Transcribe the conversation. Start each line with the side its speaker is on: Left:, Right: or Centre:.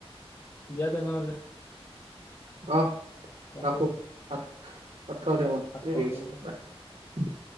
Left: দিয়া তেনেহলে।
Right: অঁহ।
Left: ৰাখোঁ
Right: ৰাখো, কাটো, ভাত খাওঁ দিয়া মই,
Left: ভাত
Right: দেৰি
Left: খাব
Right: হৈছে
Left: যাওঁ
Right: বাই।